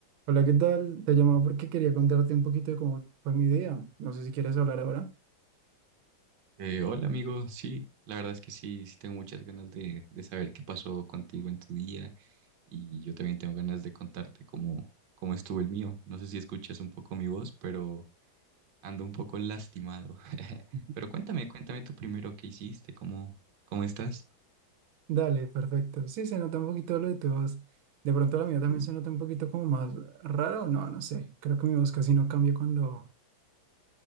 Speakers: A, on the right (about 85°); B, on the right (about 70°).
A: Hola, ¿qué tal? Te llamaba porque quería contarte un poquito de cómo fue mi día. No sé si quieres hablar ahora.
B: Eh, hola amigo, sí, la verdad es que sí, sí tengo muchas ganas de, de saber qué pasó contigo en tu día y yo también tengo ganas de contarte cómo, cómo estuvo el mío. No sé si escuchas un poco mi voz, pero ando un poco lastimado. <laughs>
A: Ujú.
B: Pero cuéntame, cuéntame tú primero qué hiciste, cómo, cómo estás.
A: Dale, perfecto. Sí, se nota un poquito lo de tu voz. De pronto la mía también
B: Mm.
A: se nota un poquito como más rara o no, no sé. Creo que mi voz casi no cambia cuando,